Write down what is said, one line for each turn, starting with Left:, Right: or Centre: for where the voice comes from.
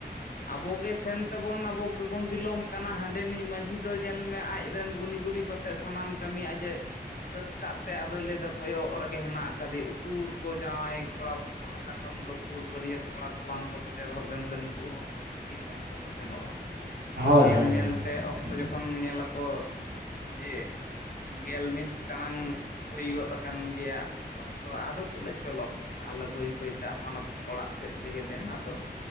Left: ᱟᱵᱚᱜ ᱜᱮ ᱥᱮᱱ ᱛᱮᱵᱚᱱ ᱟᱵᱚ ᱜᱮᱵᱚᱱ ᱵᱤᱞᱚᱢ ᱠᱟᱱᱟ ᱦᱟᱸᱰᱮᱱᱤᱡ ᱢᱟᱺᱡᱷᱤ ᱫᱚ ᱧᱮᱞ ᱢᱮ ᱟᱡ ᱨᱮᱱ ᱜᱩᱱᱤᱜᱩᱨᱤ ᱯᱟᱛ ᱛᱮᱜ ᱥᱟᱱᱟᱢ ᱠᱟᱹᱢᱤ ᱟᱡ ᱡᱮ ᱥᱟᱹᱛ ᱠᱟᱜ ᱛᱮ ᱟᱫᱚᱭ ᱞᱟᱹᱭᱫᱟ ᱠᱚᱭᱚᱜ ᱨᱮᱜᱮ ᱦᱮᱱᱟᱜ ᱠᱟᱫᱮ ᱩᱠᱩᱨ ᱠᱚ ᱡᱟᱶᱟᱭ ᱠᱚᱲᱟ ᱯᱟᱦᱴᱟ ᱠᱷᱚᱱ ᱫᱚ ᱩᱜᱩᱨ ᱵᱟᱹᱨᱭᱟᱹᱛ ᱠᱚᱲᱟ ᱠᱚ ᱵᱟᱝ ᱠᱚ ᱥᱮᱴᱮᱨ ᱦᱚᱫ ᱞᱮᱱ ᱫᱚ ᱱᱤᱛᱚᱜ ᱦᱚᱸ ᱛᱤᱱ ᱚᱠ ᱛᱚ ᱠᱚ ᱥᱮᱱᱚᱜᱼᱟ
Right: ᱦᱳᱭ
Left: ᱧᱮᱞ ᱧᱮᱞᱛᱮ
Right: ᱦᱮᱸ
Left: ᱚᱠᱛᱚ
Right: ᱦᱮᱸ
Left: ᱡᱚᱠᱷᱚᱱ ᱧᱮᱞᱟᱠᱚ ᱡᱮ ᱜᱮᱞ ᱢᱤᱫ ᱴᱟᱲᱟᱝ ᱦᱩᱭ ᱜᱚᱫ ᱟᱠᱟᱱ ᱜᱮᱭᱟ ᱚᱠᱛᱚ ᱟᱫᱚ ᱠᱚ ᱞᱟᱹᱭᱟ ᱪᱚᱞᱚ᱾ ᱛᱟᱦᱚᱞᱮ ᱵᱟᱹᱭ ᱵᱟᱹᱭᱛᱮ ᱟᱯᱟᱱ ᱟᱹᱯᱤᱱ ᱚᱲᱟᱜ ᱥᱮᱫ ᱛᱮᱜᱮ ᱫᱮᱱ ᱟᱫᱚ